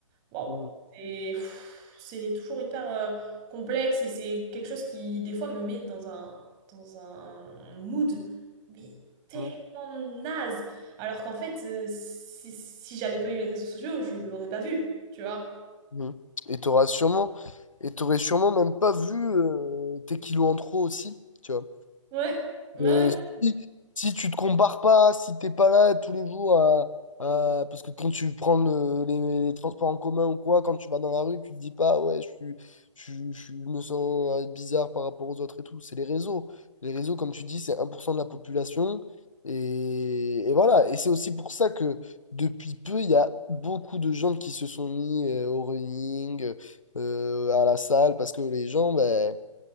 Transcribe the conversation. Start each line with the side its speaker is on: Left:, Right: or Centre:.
Right: waouh,
Left: Mhm.
Right: c'est pff, c'est toujours hyper euh, complexe et c'est quelque chose qui des fois me met dans un, dans un mood, mais tellement
Left: Mhm,
Right: naze, alors qu'en fait euh, si, si j'avais pas eu les réseaux sociaux, je l'aurais pas vu, tu vois.
Left: mhm. Et t'auras sûrement, et t'aurais sûrement même pas vu euh, tes kilos en trop aussi, tu vois.
Right: Ouais, ouais.
Left: Euh, si, si tu te compares pas, si t'es pas là tous les jours à, à- parce que quand tu prends le- les, les transports en commun ou quoi, quand tu vas dans la rue, tu te dis pas ouais, je suis, je, suis- je suis- je me sens euh, bizarre par rapport aux autres et tout. C'est les réseaux. Les réseaux, comme tu dis, c'est 1% de la population. Et, et voilà. Et c'est aussi pour ça que depuis peu, il y a beaucoup de gens qui se sont mis euh, au running, euh, à la salle, parce que les gens, ben